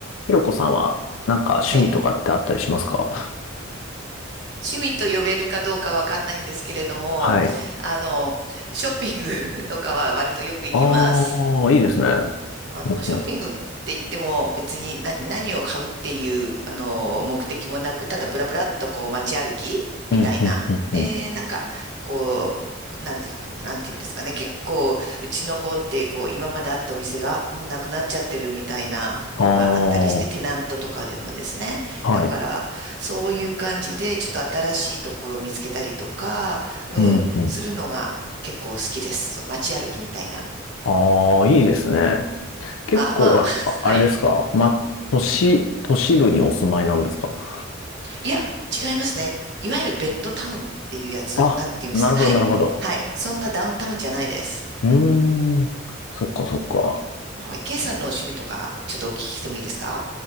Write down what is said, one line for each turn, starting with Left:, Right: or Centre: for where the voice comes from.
Left: ひろこさんは、なんか趣味とかってあったりしますか
Right: はい。趣味と呼べるかどうかわかんないんですけれども、
Left: はい。
Right: あの、ショッピング <laughs> とかは割とよく行きます。
Left: ああ、いいですね。
Right: あの、
Left: うんうん、
Right: ショッピングって言っても別に何、何を買うっていう、あの、目的もなく、ただブラブラっとこう街歩きみたいな。
Left: うん、うん、
Right: で、
Left: うん。
Right: なんか、こう、なんていうか、なんていうんですかね。結構、うちの方って、こう、今まであったお店がもうなくなっちゃってるみたいなのがあったりして、
Left: あ
Right: テナントとかでもですね。
Left: あ、
Right: だから、
Left: はい。
Right: そういう感じで、ちょっと新しいところを見つけたりとか、うん、
Left: うん、うん。
Right: するのが結構好きです。そう街歩きみたいな。
Left: ああ、いいですね。結構、
Right: まあまあ、
Left: あ、
Right: <laughs> はい。
Left: あれですかま、都市、都市部にお住まいなんですか
Right: いや、違いますね。いわゆるベッドタウンっていうやつ、
Left: あ、
Right: なんていうんですか。
Left: なるほど、
Right: はい。
Left: なるほど。
Right: はい。そんなダウンタウンじゃないです。
Left: うーん。そっか、そっか。
Right: はい。ケイさんの趣味とか、ちょっとお聞きしてもいいですか